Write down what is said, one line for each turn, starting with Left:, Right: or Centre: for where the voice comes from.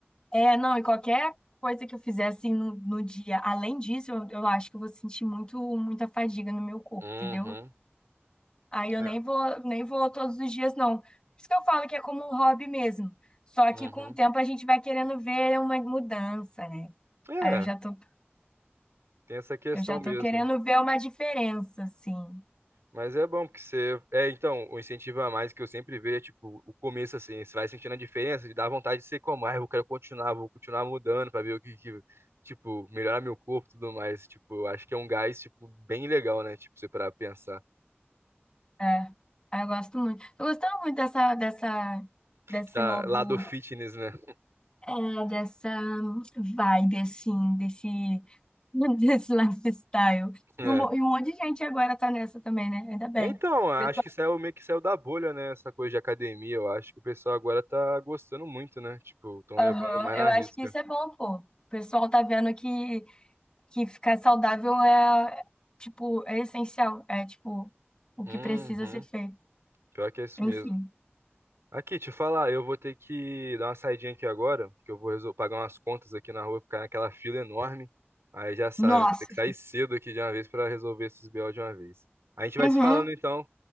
Left: É, não, e qualquer coisa que eu fizer assim no, no dia, além disso, eu, eu acho que eu vou sentir muito, muita fadiga no meu corpo,
Right: Uhum.
Left: entendeu? Aí eu
Right: É.
Left: nem vou, nem vou todos os dias, não. Por isso que eu falo que é como um hobby mesmo. Só
Right: Uhum.
Left: que com o tempo a gente vai querendo ver uma mudança, né?
Right: É,
Left: Aí eu já tô,
Right: tem essa questão
Left: eu já
Right: mesmo.
Left: tô querendo ver uma diferença, assim.
Right: Mas é bom, porque você. É, então, o incentivo a mais que eu sempre vejo é, tipo, o começo, assim, você vai sentindo a diferença, de dar vontade de ser como, ah, eu quero continuar, vou continuar mudando pra ver o que, que, tipo, melhorar meu corpo e tudo mais. Tipo, eu acho que é um gás, tipo, bem legal, né? Tipo, você pra pensar.
Left: É, Ah, eu gosto muito. Tô gostando muito dessa, dessa, desse
Right: Essa
Left: novo,
Right: lado fitness, né? <laughs>
Left: é, dessa vibe, assim, desse, <laughs> desse lifestyle.
Right: É.
Left: E um, mo- e um monte de gente agora tá nessa também, né? Ainda bem.
Right: É, Então, acho
Left: Pessoal,
Right: que saiu meio que saiu da bolha, né? Essa coisa de academia. Eu acho que o pessoal agora tá gostando muito, né? Tipo, estão
Left: aham,
Right: levando mais
Left: eu
Right: na risca.
Left: acho que isso é bom, pô. O pessoal tá vendo que, que ficar saudável é, tipo, é essencial. É, tipo, o
Right: Uhum.
Left: que precisa ser feito.
Right: Pior que é isso
Left: Enfim.
Right: mesmo. Aqui, te falar, eu vou ter que dar uma saidinha aqui agora, que eu vou resol- pagar umas contas aqui na rua, ficar naquela fila enorme. Aí já sabe,
Left: Nossa.
Right: né? Tem que sair cedo aqui de uma vez pra resolver esses BO de uma vez. A gente vai
Left: Uhum,
Right: se falando então.